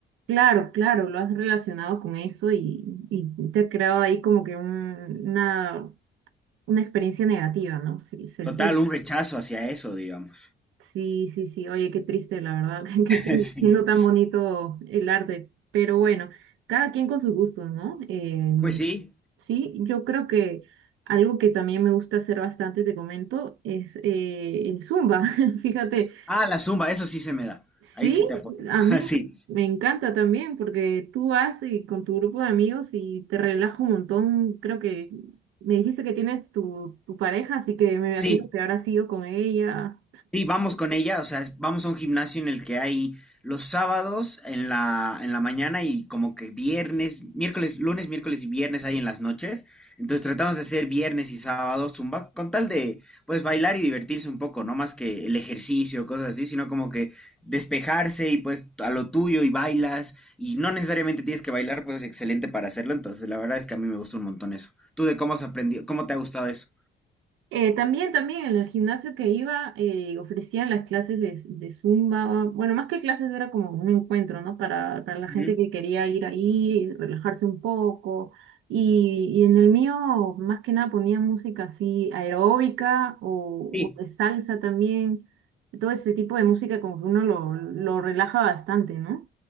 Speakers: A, on the right; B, in the centre.
A: Claro, claro, lo has relacionado con eso y, y te ha creado ahí como que un- una una experiencia negativa, ¿no? Sí, se
B: Total,
A: entiende.
B: un rechazo hacia eso, digamos.
A: Sí, sí, sí. Oye, qué triste, la verdad. <laughs> Qué
B: <laughs>
A: pena.
B: Sí.
A: No tan bonito el arte. Pero bueno, cada quien con sus gustos, ¿no? Em,
B: Pues sí.
A: sí, yo creo que algo que también me gusta hacer bastante, te comento, es eh, el Zumba. <laughs> Fíjate,
B: Ah, la zumba, eso sí se me da.
A: Sí,
B: Ahí sí te apoyo.
A: a
B: <laughs>
A: mí
B: Sí,
A: me encanta también porque tú vas y con tu grupo de amigos y te relajas un montón. Creo que me dijiste que tienes tu, tu pareja, así que me
B: sí,
A: imagino que habrás ido con ella.
B: Sí, vamos con ella, o sea, vamos a un gimnasio en el que hay los sábados en la, en la mañana y como que viernes, miércoles, lunes, miércoles y viernes hay en las noches. Entonces tratamos de hacer viernes y sábados zumba con tal de pues bailar y divertirse un poco, no más que el ejercicio, cosas así, sino como que despejarse y pues a lo tuyo y bailas y no necesariamente tienes que bailar, pues es excelente para hacerlo. Entonces la verdad es que a mí me gusta un montón eso. ¿Tú de cómo has aprendido, cómo te ha gustado eso?
A: Eh, también, también en el gimnasio que iba eh, ofrecían las clases de, de Zumba, bueno, más que clases era como un encuentro, ¿no? Para, para la
B: Ujú.
A: gente que quería ir ahí, relajarse un poco. Y, y en el mío, más que nada, ponía música así aeróbica o,
B: Sí.
A: o de salsa también. Todo ese tipo de música como que uno lo, lo relaja bastante, ¿no?